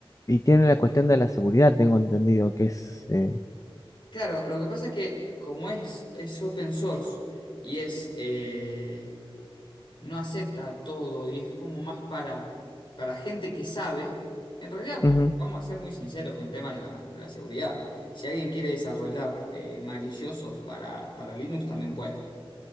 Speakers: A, on the left; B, on the left.
A: Y tiene la cuestión de la seguridad, tengo entendido que es... eh,
B: Claro, lo que pasa es que como es, es open source y es... eh, no acepta todo y es como más para, para gente que sabe. En realidad,
A: ujú.
B: vamos a ser muy sinceros con el tema de la, de la seguridad. Si alguien quiere desarrollar eh, maliciosos para, para Linux, también puede.